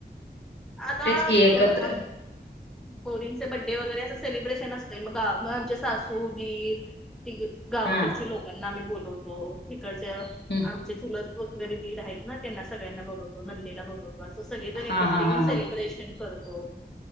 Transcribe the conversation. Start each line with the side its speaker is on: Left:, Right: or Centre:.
Centre: आता
Left: तेच की एकत्र
Centre: आम्ही. पोरींचं बड्डे वगैरे असं सेलिब्रेशन असते मग मग आमचे सासू दीर, त गावाकडची
Left: हा
Centre: लोकांना आम्ही बोलवतो तिकडच्या
Left: हं.
Centre: आमचे चुलत, दीर आहेत ना त्यांना सगळ्यांना बोलवतो नंदेला बोलवतो. अस सगळेजण
Left: हा
Centre: एकत्र
Left: हा
Centre: येऊन
Left: हा
Centre: सेलिब्रेशन
Left: हा
Centre: करतो.